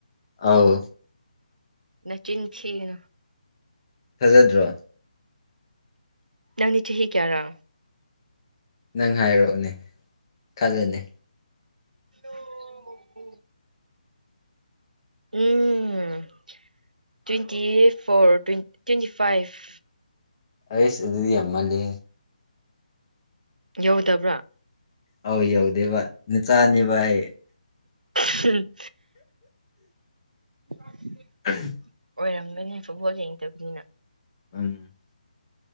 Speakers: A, on the left (about 35°); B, on the right (about 75°).
A: ꯑꯥꯎ
B: ꯅ ꯆꯤꯟꯤꯟꯁꯤꯅ
A: ꯊꯥꯖꯗ꯭ꯔꯣ
B: ꯅ ꯅꯤꯆꯦ ꯍ ꯀꯌꯥꯔꯥ
A: ꯅꯪ ꯍꯥꯏꯔꯛꯑꯣꯅꯦ ꯈꯜꯂꯅꯤ
B: ꯑꯣ ꯎ ꯎꯝ ꯇ꯭ꯋꯦꯟꯇꯤ ꯐꯣꯔ ꯇ꯭ ꯇ꯭ꯋꯦꯟꯇꯤ ꯐꯥꯏꯚ
A: ꯑꯩꯁ ꯑꯗꯨꯗꯤ ꯌꯥꯝꯃꯜꯂꯦ
B: ꯌꯧꯗꯕ꯭ꯔꯥ
A: ꯑꯧ ꯌꯧꯗꯦ ꯚ ꯅ ꯆꯥꯅꯤ ꯚꯥꯏ
B: ꯎꯝ <unintelligible>
A: ꯎꯝ
B: ꯑꯣꯏꯔꯝꯒꯅꯤ ꯐꯨꯠꯕꯣꯜ ꯌꯦꯡꯗꯕꯅꯤꯅ
A: ꯑꯝ